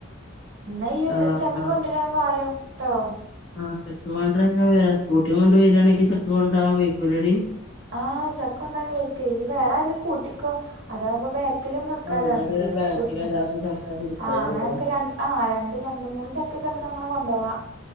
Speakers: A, on the right; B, on the left.
A: ന്നയ്യ്
B: ആഹ്
A: ചക്ക
B: ആഹ്
A: കൊണ്ടരാൻ വായോ ട്ടോ.
B: ആഹ് ചക്ക കൊണ്ട്രാൻ ഞാൻ വെരാ. സ്കൂട്ടിം കൊണ്ട് വരാണെങ്കി ചക്ക കൊണ്ട്രാൻ വെയ്ക്കൂലെടി.
A: ആഹ് ചക്കൊണ്ടവാ വെയ്ക്കേയ് യ്യ് വേറാര്ലു കൂട്ടിക്കോ അതാവുമ്പോ ബാ ക്കിലും വെക്കാലൊ
B: ആഹ് എന്നാ
A: അമ്മക്ക്
B: പിന്നെ ബാക്കില്
A: പുട്ചോ
B: ഒരാൾക്ക് ചക്ക പിടിക്കാലോല്ലേ
A: ആഹ് അങ്ങനൻക്ക് ര ആ ഹ് രണ്ട് രണ്ട് മൂന്ന് ചെക്കൊക്കൻക്കങ്ങനെ കൊണ്ടോവാ.